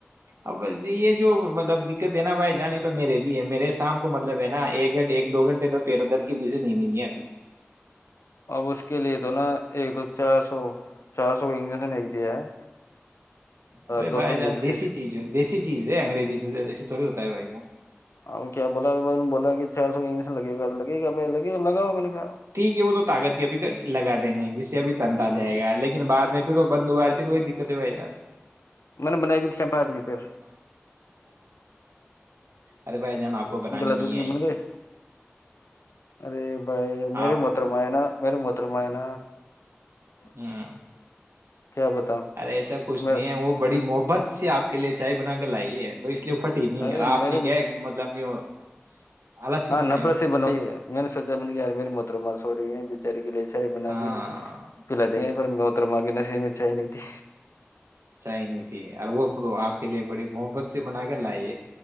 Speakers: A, on the right (about 75°); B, on the left (about 80°).
A: اب ج یہ جو مطلب دقت ہے نا بھائی جان یہ تو میرے بھی ہے میرے شام کو مطلب ہے نا ایک گھنٹے ایک دو گھنٹے تو پیر و درد کی وجہ سے نیند ہی نہیں آتی
B: اب اس کے لیے تو نا ایک تو چار سو چار سو کا انجیکشن ایک دیا ہے
A: ارے
B: دو
A: بھائی
B: سو
A: جان
B: کی ایکسس
A: دیسی چیز ہے دیسی چز ہے انگریزی سےے تھوڑی ہوتا ہے بائا
B: اور کیا بولا ب بولا کہ چار سو کاگلش لگے گا لگے گا بائی لگے لگا ہو میں نے کیا
A: ٹھیک ہے وہ تو طاقت کے ابھی لگا دیں گے جس اب تنتا
B: ہوں
A: جائے گا لیکن بد میں پھر وہ بندوار پھر وہ دکھ کتے پئے جان
B: میں نے بنائی جی چمپار کی پھر
A: ارے بھائی جان آپ کو بنانی
B: گلا
A: نہیں
B: دھ
A: ہے
B: کی بن گئے ارے بھائی میری
A: آپ
B: موتر م نا میری مر چت م ن
A: ہ
B: کیا بتاؤں
A: ارے ایسا کچھ
B: میں
A: نہیں ہے وہ بڑی محبت سے آپ کے لیے چائے بنا کے لائیے ہے تو اس لیے پھٹی نہیں
B: ارے
A: ار آپ
B: میرے
A: نے کیا مطلب <inaudible>
B: ہاں
A: بنائی
B: نفرسی
A: ہوگی
B: بنوئی میں نے سوچ م میں نے ی مری موتر مار سوچ ہیں بےچاری کے لیے بنا
A: ہاں
B: کے پلا دیں گے پھر میں پتر معگے نسیے میں چاہ نہیں تھی
A: چینی تھی وہ آپ کے لیے بڑی محبت سے بنا کے لائیے